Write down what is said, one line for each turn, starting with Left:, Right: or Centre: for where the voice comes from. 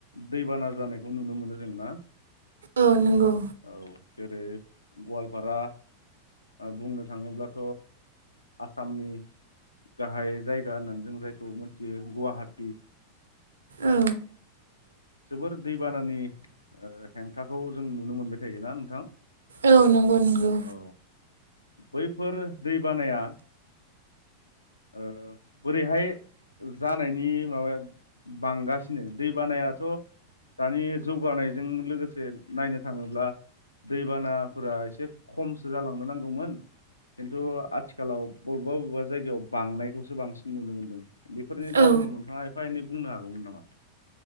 Left: दैबाना जानाय खौ नुनो मोनो जों ना?
Right: औ नंगौ
Left: औ जेरै गवालपारा ओ बुंनो थाङोब्लाथ आसामनि गाहाय जायगा होननानै जों जायखौ मोनथियो गुवाहाटी
Right: औ
Left: जोबोर दैबानानि ओ हेंथाखौ जों नुनो मोनबाय थायोना नोंथां?
Right: औ नंगौ नंगौ
Left: औ बैफोर दैबानाया ओ बोरैहाय जानायनि माबाया बांगासि नो दैबानायाथ' दानि जौगानायजों लोगोसे नायनो थाङोब्ला दैबानाफोरा एसे खमसो जालांनो नांगौमोन खिन्थु आथिखालाव बबेबा बबेबा जायगायाव बांनायखौसो बांसिन नुनो मोन्दों बेफोरनि जाहोनखौ
Right: औ
Left: नोंथाङा एफा एनै बुंनो हागौमोन नामा।